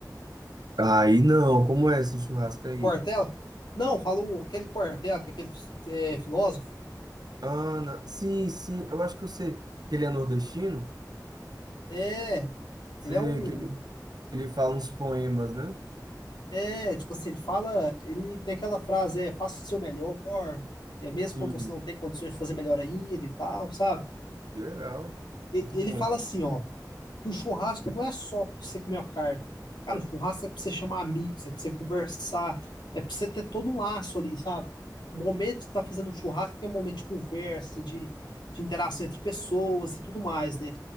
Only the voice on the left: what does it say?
Cortella? Não, falou aquele Cortella, que é aquele é, filósofo.
É,
ele é um.
É, tipo assim, ele fala, ele tem aquela frase, é, faça o seu melhor, é mesmo
quando você não tem condições de fazer melhor ainda e tal, sabe?
E-
Ele
fala assim, ó, que o churrasco não é só pra você comer a carne. Cara, o churrasco é pra você chamar amigos, é pra você conversar, é pra você ter todo um laço ali, sabe? O momento de estar fazendo um churrasco é um momento de conversa, de, de interação entre pessoas e tudo mais, né?